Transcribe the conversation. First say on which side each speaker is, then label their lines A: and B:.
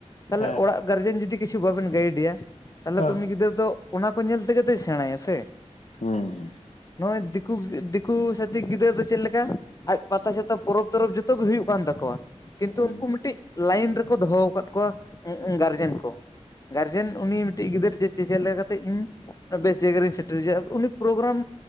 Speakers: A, on the left (about 30°); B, on the left (about 70°).
A: ᱛᱟᱦᱚᱞᱮ
B: ᱦᱮᱸ
A: ᱚᱲᱟᱜ ᱜᱟᱨᱡᱮᱱ ᱡᱩᱫᱤ ᱠᱤᱪᱷᱩ ᱵᱟᱵᱮᱱ ᱜᱟᱭᱤᱰ ᱮᱭᱟ᱾ ᱛᱟᱦᱚᱞᱮ
B: ᱦᱮᱸ
A: ᱛᱚ ᱩᱱᱤ ᱜᱤᱫᱽᱨᱟᱹ ᱫᱚ ᱚᱱᱟ ᱠᱚ ᱧᱮᱞ ᱛᱮᱜᱮ ᱛᱚᱭ ᱥᱮᱬᱟᱭᱟ ᱥᱮ᱾
B: ᱦᱩᱸ
A: ᱱᱚᱜ-ᱚᱭ ᱫᱤᱠᱩ ᱫᱤᱠᱩ ᱥᱟᱛᱤᱠ ᱜᱤᱫᱽᱨᱟᱹ ᱫᱚ ᱪᱮᱫ ᱞᱮᱠᱟ? ᱟᱡ ᱯᱟᱛᱟ ᱪᱷᱟᱛᱟ ᱯᱚᱨᱚᱵᱽ ᱛᱚᱨᱚᱵᱽ ᱡᱚᱛᱚ ᱜᱮ ᱦᱩᱭᱩᱜ ᱠᱟᱱ ᱛᱟᱠᱚᱣᱟ᱾ ᱠᱤᱱᱛᱩ
B: ᱦᱩᱸ
A: ᱩᱱᱠᱩ ᱢᱤᱫᱴᱤᱡ ᱞᱟᱭᱤᱱ ᱨᱮᱠᱚ ᱫᱚᱦᱚ ᱟᱠᱟᱫ ᱠᱚᱣᱟ ᱜᱟᱨᱡᱮᱱ ᱠᱚ, ᱜᱟᱨᱡᱮᱱᱼᱼᱼ ᱩᱱᱤ ᱢᱤᱫᱴᱤᱡ ᱜᱤᱫᱟᱹᱨ ᱡᱮ ᱪᱮᱫ ᱞᱮᱠᱟ ᱠᱟᱛᱮ ᱤᱧ ᱵᱮᱥ ᱡᱟᱭᱜᱟ ᱨᱤᱧ ᱥᱮᱴᱮᱨ ᱮᱭᱟ ᱩᱱᱤ ᱯᱨᱳᱜᱨᱟᱢᱼᱼᱼ